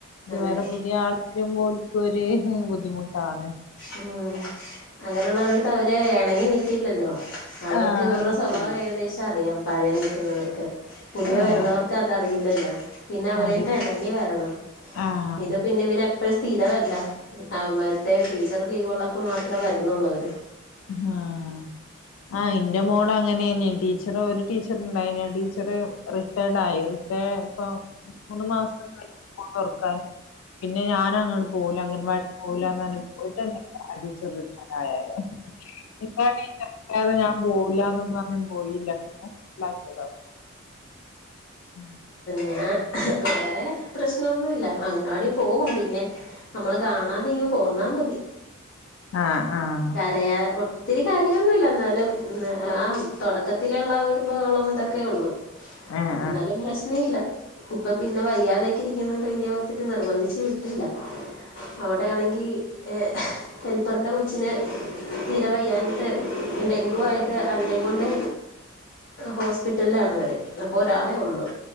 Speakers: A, on the left; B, on the left.
A: ഇത്
B: അതെ
A: വേറെ പുതിയ ആളപ്പോ പോക്ക് ഒരു ബുദ്ധിമുട്ടാണ്.
B: മ്മ് അങ്ങനെയുള്ളവരെത്ത് അവരെ വേണെങ്കി നിക്കില്ലല്ലോ അവർക്ക്
A: ആഹ്
B: ഇവരുടെ
A: നിക്കൂല
B: സ്വഭാവം ഏകദേശം അറിയാം പഴേ നിൽക്കുന്നവർക്ക് പുതിയ
A: ആഹ്
B: വരുന്നവർക്ക് അതറിയില്ലല്ലോ പിന്നെ അവരായിട്ട്
A: അറി
B: ഇണങ്ങി വരണം
A: ആഹ്
B: ഇത് പിന്നെ ഇവരെപ്പഴും സ്ഥിരമല്ല അ മറ്റെ ടീച്ചർ ലീവ് ഉള്ളപ്പോ മാത്രേ വരുന്നുള്ളവര്
A: ആഹ് ആഹ് എന്റെ മോള് അങ്ങനെന്നെ ടീച്ചർ ഒരു ടീച്ചർണ്ടായിന് ആ ടീച്ചർ റി റിട്ടയറായി റിട്ടയ് ഇപ്പൊ മൂന്ന് മാസം ആകും സ്കൂൾ തുറക്കാൻ പിന്നെ ഞാൻ അങ്ങട് പോകൂല അംഗൻവാടിയിൽ പോകൂലാന്ന് പറഞ്ഞിട്ട് അടിച്ചൊറിട്ട് ആഹ് അതെ ഇപ്പാണ് ഈ ചെറിയത് ഞാൻ പോവില്ലാന്ന് പറഞ്ഞ് പോയില്ല <unintelligible> മ്മ്
B: ഞാൻ വേറെ പ്രശ്നൊന്നുല്ല അംഗനവാടിയിൽ പോകും പിന്നെ നമ്മള് കാണാതിങ്ങ് പോന്നാ മതി
A: ആഹ് ആഹ്
B: അയാ ഒത്തിരി കരയൊന്നുല്ല എന്നാലും ആ തുടക്കത്തിലുള്ള ആ ഒരു ബഹളം ഇതൊക്കെ ഉളളൂ.
A: ആഹ്
B: ന്നാലും പ്രശ്നം ഇല്ല ഇപ്പ പിന്നെ വയ്യാതെ.. ഇത് ഇരിക്കുന്നോണ്ട് ഒത്തിരി നിർബന്ധിച്ച് വിട്ടില്ല അവിടെയാണെങ്കി ഏഹ് ഹെൽപ്പറിന്റെ കൊച്ചിന് തീര വയ്യാഞ്ഞിട്ട് ഡെങ്കു ആയിട്ട് അതിനെ കൊണ്ട് ഹോസ്പിറ്റലിൽ ആണ് അവര് അപ്പൊ ഒരാളെ ഉള്ളു